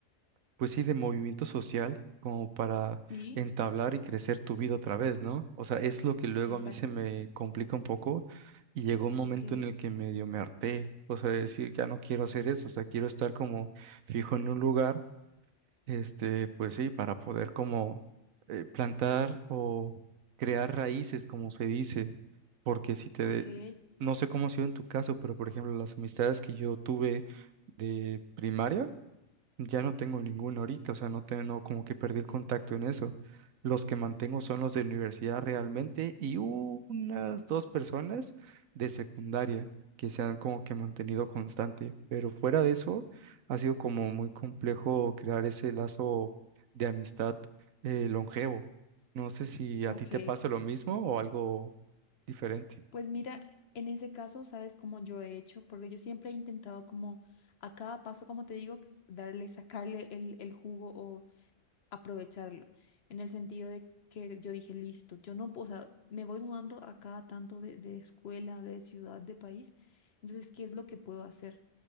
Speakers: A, on the right; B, on the left.
A: pues sí, de movimiento social como para
B: sí,
A: entablar y crecer tu vida otra vez, ¿no? O sea, es lo que luego
B: exacto.
A: a mí se me complica un poco y llegó un momento
B: Ok,
A: en el que medio me harté, o sea, de decir, ya no quiero hacer eso, o sea, quiero estar como fijo en un lugar, este, pues sí, para poder como eh, plantar o crear raíces, como se dice, porque si te,
B: ok,
A: no sé cómo ha sido en tu caso, pero por ejemplo, las amistades que yo tuve de primaria, ya no tengo ninguno ahorita, o sea, no tengo como que perdí
B: ok.
A: el contacto en eso. Los que mantengo son los de universidad realmente y unas dos personas de secundaria que se han como que mantenido constante, pero fuera de eso ha sido como muy complejo crear ese lazo de amistad eh, longevo. No sé si a
B: ok.
A: ti te pasa lo mismo o algo diferente.
B: Pues mira, en ese caso, ¿sabes cómo yo he hecho? Porque yo siempre he intentado como a cada paso, como te digo, darle, sacarle el, el jugo o aprovecharlo. En el sentido de que yo dije, listo, yo no, puedo, o sea, me voy mudando a cada tanto de, de escuela, de ciudad, de país. Entonces, ¿qué es lo que puedo hacer?